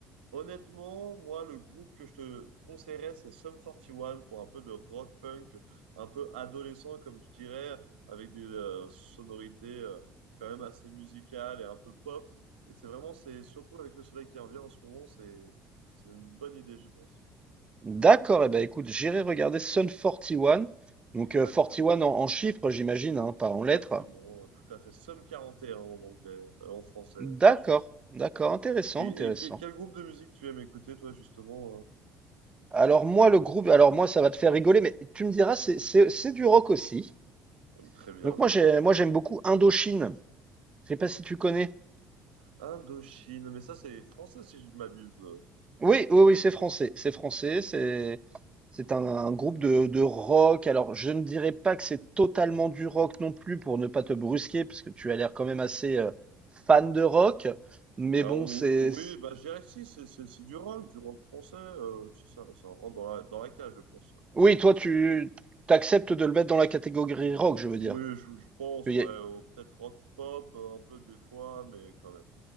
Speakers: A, on the right (about 80°); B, on the right (about 20°).
A: honnêtement, moi, le groupe que je te conseillerais, c'est Sum One pour un peu de rock punk, un peu adolescent, comme je dirais, avec des euh, sonorités euh, quand même assez musicales et un peu pop. Et c'est vraiment, c'est surtout avec le soleil qui revient en ce moment, c'est, c'est une bonne idée, je pense.
B: D'accord. Eh ben, écoute, j'irai regarder Sun 41. Donc,
A: Exactement,
B: euh, 41 en, en chiffres, j'imagine, hein, pas en
A: exactement,
B: lettres.
A: euh, tout à fait. Somme 41 en anglais, euh, en français,
B: D'accord.
A: si tu veux.
B: D'accord. Intéressant,
A: Et,
B: intéressant.
A: et que- quel groupe de musique tu aimes écouter, toi, justement?
B: Alors, moi, le groupe, alors moi, ça va te faire rigoler, mais tu me diras, c'est c'est- c'est du rock aussi.
A: euh Très bien.
B: Donc, moi, j'ai, moi, j'aime beaucoup Indochine. Je sais pas si tu connais.
A: Indochine, mais ça, c'est français, si je ne m'abuse.
B: Oui, oui, oui, c'est français. C'est français. C'est c'est un, un groupe de, de rock. Alors, je ne dirais pas que c'est totalement du rock non plus pour ne pas te brusquer, parce que tu as l'air quand même assez euh, fan de rock. Mais
A: Alors,
B: bon, c'est.
A: ou- oui,
B: c'est-
A: bah, je dirais que si, c'est c'est- c'est du rock, du rock français. euh, si, ça, ça rentre dans la, dans la cage, je pense.
B: Oui, toi, tu t'acceptes de le mettre dans la catégorie rock, je veux
A: Oui,
B: dire.
A: je, je pense,
B: Il y
A: ouais,
B: a-
A: ou peut-être rock pop, euh, un peu des fois, mais quand même.